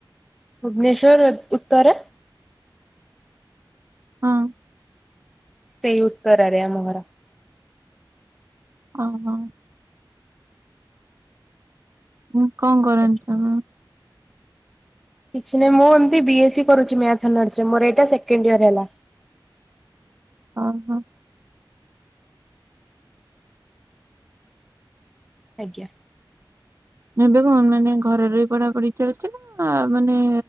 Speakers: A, in the centre; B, on the right (about 30°).
A: ଭୁବନେଶ୍ୱର ଉତ୍ତରା।
B: ହଁ।
A: ସେଇ ଉତ୍ତରାରେ ଆମ ଘର।
B: ଅହ। ମୁଁ କଣ କରନ୍ତି
A: ଆଜ୍ଞା।
B: ଆପଣ?
A: କିଛି ନାହିଁ ମୁଁ ଏମିତି ବି ଏସ୍ ସି କରୁଛି ମ୍ୟାଥ ହୋନରସ୍ ରେ ମୋର ଏଇଟା ସେକେଣ୍ଡ ଇୟର ହେଲା।
B: ଓହୋ।
A: ଆଜ୍ଞା।
B: ଏବେ କଣ ମାନେ ଘରେ ରହି ପଢା ପଢି ଚାଲିଛି ନା ମାନେ